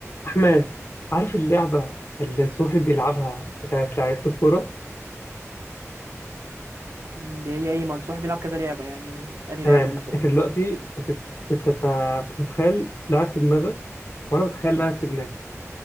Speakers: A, on the left; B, on the right.
A: أحمد عارف اللعبة اللي نصوحي بيلعبها بتاعت لعيبة الكورة؟
B: اللي هي ايه منصوحي بيلعب كذا لعبة يعني أنهي
A: تمام
B: لعبة بالظبط
A: أنت دلوقتي بتت- بتت- بتتخيل لاعب في دماغك وأنا بتخيل لاعب في دماغي